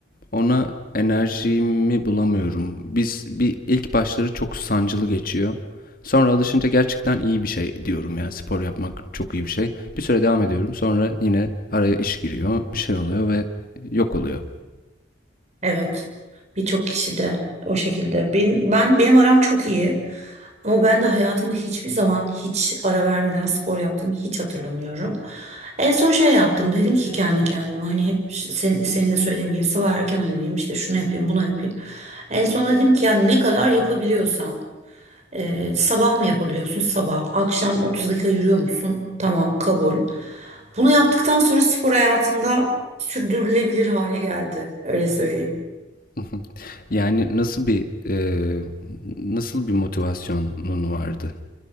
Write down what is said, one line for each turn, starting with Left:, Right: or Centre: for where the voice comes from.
Left: ona enerjimi bulamıyorum. Biz bir ilk başları çok sancılı geçiyor. Sonra alışınca gerçekten iyi bir şey diyorum ya. Spor yapmak çok iyi bir şey. Bir süre devam ediyorum. Sonra yine araya iş giriyor, bir şey oluyor ve yok oluyor.
Right: Evet. Birçok kişi de o şekilde. Benim, ben benim aram çok iyi. Ama ben de hayatımda hiçbir zaman hiç ara vermeden spor yaptığımı hiç hatırlamıyorum. En son şey yaptım. Dedim ki kendi kendime hani hep sen, senin de söylediğim gibi sabah erken uyanayım işte şunu yapayım bunu yapayım. En son dedim ki yani ne kadar yapabiliyorsam Ee, sabah mı yapabiliyorsun? Sabah. Akşam 30 dakika yürüyor musun? Tamam, kabul. Bunu yaptıktan sonra spor hayatımda sürdürülebilir hale geldi. Öyle söyleyeyim.
Left: <laughs> Yani nasıl bir e, nasıl bir motivasyonun vardı